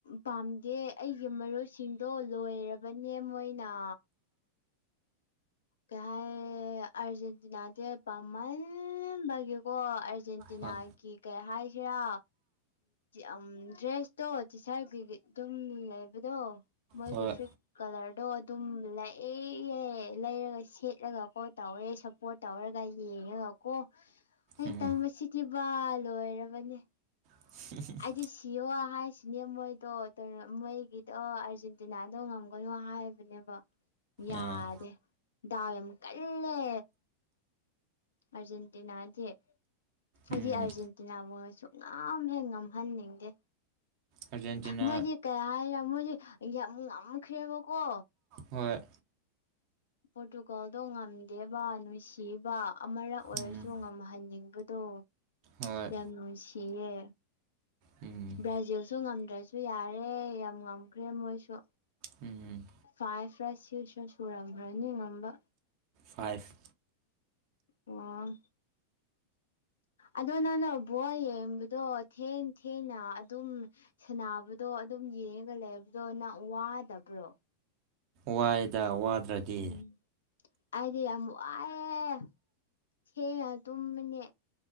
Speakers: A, on the left; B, on the right.
A: ꯄꯥꯝꯗꯦ ꯑꯩꯒꯤ ꯃꯔꯣꯏꯁꯤꯡꯗꯣ ꯂꯣꯏꯔꯕꯅꯦ ꯃꯣꯏꯅ ꯀꯩ ꯍꯥꯏ ꯑꯔꯖꯦꯟꯇꯤꯅꯥꯁꯦ ꯄꯥꯝꯃꯜꯕꯒꯤꯀꯣ ꯑꯥꯔꯖꯦꯟꯇꯤꯅꯥꯒꯤ
B: ꯍꯣꯏ
A: ꯀꯩ ꯍꯥꯏꯁꯤꯔꯥ ꯎꯝ ꯗ꯭ꯔꯦꯁꯇꯣ ꯇꯤ ꯁꯥꯔꯠꯀꯤ ꯑꯗꯨꯝ ꯂꯩꯕꯗꯣ ꯃꯣꯏꯒꯤ
B: ꯍꯣꯏ
A: ꯐꯨꯔꯤꯠ ꯀꯂꯔꯗꯣ ꯑꯗꯨꯝ ꯂꯥꯛꯑꯦ <unintelligible> ꯂꯩꯔꯒ ꯁꯦꯠꯂꯒꯀꯣ ꯇꯧꯔꯦ ꯁꯞꯄꯣꯔꯠ ꯇꯧꯔꯒ ꯌꯦꯡꯉꯒ ꯀꯣ ꯑꯩ
B: ꯎꯝ
A: ꯇꯟꯕꯁꯤ ꯗꯤꯚ ꯂꯣꯏꯔꯕꯅꯦ
B: <inaudible>
A: ꯑꯩꯗꯤ ꯁꯤꯌꯣ ꯍꯥꯏꯁꯤꯅꯦ ꯃꯣꯏꯗꯣ ꯃꯣꯏꯒꯤꯗꯣ ꯑꯥꯔꯖꯦꯟꯇꯤꯅꯥꯗꯣ ꯉꯝ ꯀꯩꯅꯣ ꯍꯥꯏꯕꯅꯦꯕ ꯌꯥꯗꯦ
B: ꯑ
A: ꯗꯥꯎ ꯌꯥꯝ ꯀꯜꯂꯦ ꯑꯥꯔꯖꯦꯟꯇꯤꯅꯥꯗꯤ ꯑꯩꯗꯤ
B: ꯎꯝ
A: ꯑꯥꯔꯖꯦꯟꯇꯤꯅꯥ <unintelligible> ꯉꯝ ꯍꯦꯛ ꯉꯝꯍꯟꯅꯤꯡꯗꯦ
B: ꯑꯥꯔꯖꯦꯟꯇꯤꯅꯥ
A: ꯃꯣꯏꯗꯤ ꯀꯩ ꯍꯥꯏꯅꯤ ꯃꯣꯏꯗꯤ ꯌꯥꯝ ꯉꯝꯈ꯭ꯔꯦꯕꯀꯣ
B: ꯍꯣꯏ
A: ꯄ꯭ꯔꯣꯔꯇꯨꯒꯜꯗꯣ ꯉꯝ ꯗꯦꯕ ꯅꯨꯡꯁꯤꯕ ꯑꯃꯔꯛ ꯑꯣꯏꯔꯁꯨ
B: ꯎꯝ
A: ꯉꯝꯍꯟꯅꯤꯡꯕꯗꯣ
B: ꯍꯣꯏ
A: ꯌꯥꯝ ꯅꯨꯡꯁꯤꯌꯦ
B: ꯎꯝ
A: ꯕ꯭ꯔꯥꯖꯤꯜꯁꯨ ꯉꯝꯗ꯭ꯔꯁꯨ ꯌꯥꯔꯦ ꯌꯥꯝ ꯉꯝꯈ꯭ꯔꯦ ꯃꯣꯏꯁꯨ
B: ꯎꯝ ꯎꯝ
A: ꯐꯥꯏꯐꯔ ꯁꯤꯛꯁꯔ ꯁꯨꯔꯝꯈ꯭ꯔꯅꯤ ꯉꯝꯕ
B: ꯐꯥꯏꯚ
A: ꯑꯣ ꯑꯗꯣ ꯅꯪꯅ ꯕꯣꯜ ꯌꯦꯡꯕꯗꯣ ꯊꯦꯡ ꯊꯦꯡꯅ ꯑꯗꯨꯝ ꯁꯥꯅꯕꯗꯣ ꯑꯗꯨꯝ ꯌꯦꯡꯉꯒ ꯂꯩꯕꯗꯣ ꯅꯪ ꯋꯥꯗꯕ꯭ꯔꯣ
B: ꯋꯥꯏꯗ ꯋꯥꯗ꯭ꯔꯗꯤ
A: ꯎꯝ ꯑꯩꯗꯤ ꯌꯥꯝ ꯋꯥꯏꯑꯦ ꯊꯦꯡꯉ ꯇꯨꯝꯃꯅꯦ